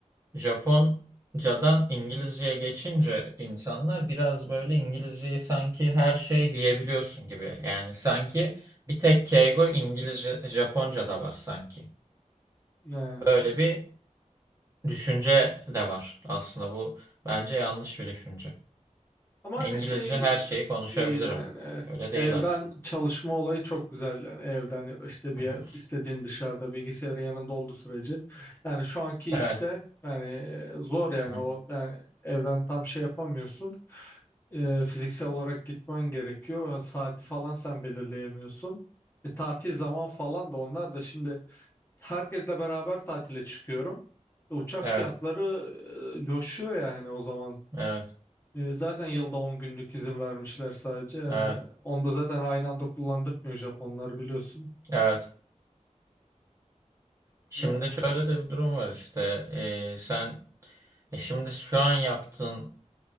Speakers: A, on the right; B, on the left.
A: Japoncadan İngilizceye geçince insanlar biraz böyle İngilizceyi sanki her şey diyebiliyorsun gibi. Yani sanki bir tek keigo İngilizce, Japonca'da var sanki.
B: Ne?
A: Böyle bir düşünce de var aslında bu bence yanlış bir düşünce.
B: Ama hani
A: İngilizce
B: şey
A: her şeyi konuşabilirim.
B: iyi yani e,
A: Öyle değil
B: evden
A: aslında.
B: çalışma olayı çok güzel yani evden ya da işte
A: Hı
B: bir
A: hı.
B: yer- istediğin dışarıda bilgisayarın yanında olduğu sürece yani şu anki
A: Evet.
B: işte yani e, zor yani
A: Hı hı.
B: o yani evden tam şey yapamıyorsun E, fiziksel olarak gitmen gerekiyor saati falan sen belirleyemiyorsun E, tatil zaman falan da onlar da şimdi herkesle beraber tatile çıkıyorum E, uçak
A: Evet.
B: fiyatları e, coşuyor yani o zaman
A: Evet.
B: E, zaten yılda 10 günlük izin vermişler sadece. Yani
A: Evet.
B: onu da zaten aynı anda kullandırmıyor Japonlar biliyorsun.
A: Evet. Şimdi
B: Yani
A: şöyle de bir durum var işte. Ee, sen e şimdi şu an yaptığın